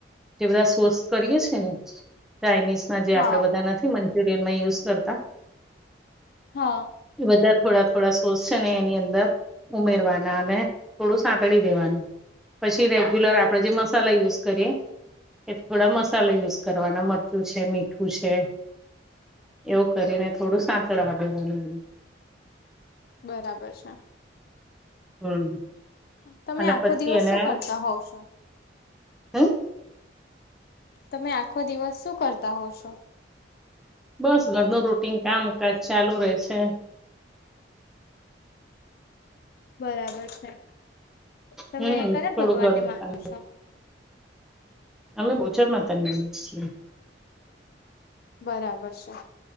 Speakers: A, in the centre; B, on the left.
A: જે બધા શોસ કરીએ છે ને ચાઇનીઝના જે
B: હા
A: આપડે બધા નથી મંચુરિયનમાં યુઝ કરતા.
B: હા.
A: એ બધા થોડા થોડા સોસ છે ને એની અંદર ઉમેરવાના અને થોડું સાંકળી દેવાનું પછી રેગ્યુલર આપણેે જે મસાલા યુઝ કરીએ. એ થોડા મસાલા યુઝ કરવાના મરચું છે મીઠું છે. એવું કરીને થોડું સાંતડવા દેવાનું
B: બરાબર છે.
A: હમ્મ
B: તમે
A: અને
B: આખો
A: પછી
B: દિવસ
A: એને.
B: શું કરતા હોવ છો
A: હમ્મ.
B: તમે આખો દિવસ શું કરતા. હોવ છો
A: બસ ઘર ન રૂટીન કામ. કચ ચાલુ રહેે છે.
B: બરાબર છે તમે
A: હમ
B: કયા
A: થોડું
B: ભગવાન
A: ઘરનું
B: ને માનો
A: કામ
B: છો?
A: અમે બોચર માતાની માનીયે છીએ.
B: બરાબર છે